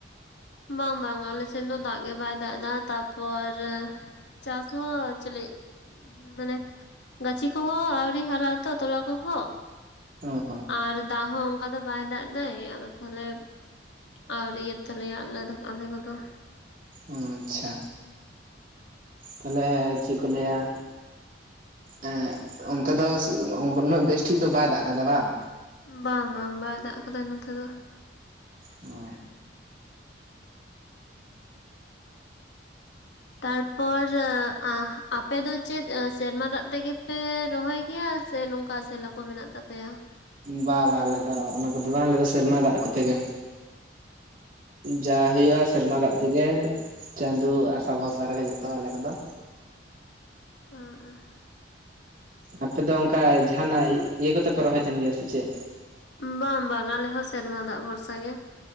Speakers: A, on the left; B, on the right.
A: ᱵᱟᱝ ᱵᱟᱝ ᱟᱞᱮᱥᱮᱫ ᱫᱚ ᱫᱟᱜ ᱜᱮ ᱵᱟᱭ ᱫᱟᱜ ᱮᱫᱟ᱾ ᱛᱟᱯᱚᱨ ᱪᱟᱥ ᱦᱚᱸ ᱮᱠᱪᱩᱞᱤ ᱢᱟᱱᱮ ᱜᱟᱹᱪᱷᱤ ᱠᱚᱦᱚᱸ ᱟᱹᱣᱨᱤ ᱦᱟᱨᱟᱜ ᱟᱛᱚ ᱛᱚᱞᱟ ᱠᱚᱦᱚᱸ ᱾
B: ᱚ
A: ᱟᱨ ᱫᱟᱜ ᱦᱚᱸ ᱚᱱᱠᱟ ᱫᱚ ᱵᱟᱭ ᱫᱟᱜ ᱮᱫᱟᱭ ᱟᱫᱚ ᱛᱟᱦᱚᱞᱮ ᱟᱹᱣᱨᱤᱭᱟ ᱛᱟᱞᱮᱭᱟ ᱟᱞᱮ ᱫᱚ ᱟᱞᱮ ᱠᱚᱫᱚ ᱾
B: ᱚ ᱟᱪᱪᱷᱟ ᱛᱟᱞᱦᱮ ᱪᱮᱫ ᱠᱚ ᱞᱟᱹᱭᱟᱼᱼ ᱮᱸᱜ ᱚᱱᱛᱮ ᱫᱚ ᱩᱱᱟᱹᱜ ᱵᱮᱥᱴᱷᱤᱠ ᱫᱚ ᱵᱟᱭ ᱫᱟᱜ ᱠᱟᱫᱟ ᱵᱟᱝ?
A: ᱵᱟᱝ ᱵᱟᱝ ᱵᱟᱭ ᱫᱟᱜ ᱠᱟᱫᱟ ᱱᱚᱛᱮ ᱫᱚ᱾
B: ᱚᱸ
A: ᱛᱟᱨᱯᱚᱨᱚᱻ ᱟᱸᱦ ᱟᱯᱮ ᱫᱚ ᱪᱮᱫ ᱥᱮᱨᱢᱟ ᱫᱟᱜ ᱛᱮᱜᱮ ᱯᱮ ᱨᱚᱦᱚᱭ ᱜᱮᱭᱟ ᱥᱮ ᱱᱚᱝᱠᱟ ᱥᱮᱞᱳ ᱠᱚ ᱢᱮᱱᱟᱜ ᱛᱟᱯᱮᱭᱟ?
B: ᱵᱟ ᱵᱟᱝ ᱟᱞᱮ ᱫᱚ ᱚᱱᱟ ᱠᱚᱫᱚ ᱵᱟᱝ ᱟᱞᱮ ᱫᱚ ᱥᱮᱨᱢᱟ ᱫᱟᱜ ᱠᱚᱛᱮ ᱜᱮ᱾ ᱡᱟ ᱦᱩᱭᱩᱜ-ᱟ ᱥᱮᱨᱢᱟ ᱫᱟᱜ ᱛᱮᱜᱮᱼᱼ ᱪᱟᱸᱫᱳ ᱟᱥᱟ ᱵᱷᱚᱨᱥᱟ ᱨᱮᱜᱮ ᱡᱚᱛᱚ ᱟᱞᱮ ᱠᱚᱫᱚ,
A: ᱟᱸ ᱟᱸ
B: ᱟᱯᱮ ᱫᱚ ᱚᱱᱠᱟ ᱡᱟᱦᱟᱱᱟᱜ ᱤᱭᱟᱹ ᱠᱚᱛᱮ ᱯᱮ ᱨᱚᱦᱚᱭ ᱛᱟᱦᱮᱱ ᱜᱮᱭᱟ ᱥᱮ ᱪᱮᱫ?
A: ᱵᱟᱝ-ᱵᱟᱝ ᱟᱞᱮ ᱦᱚᱸ ᱥᱮᱨᱢᱟ ᱫᱟᱜ ᱵᱷᱚᱨᱥᱟ ᱜᱮ,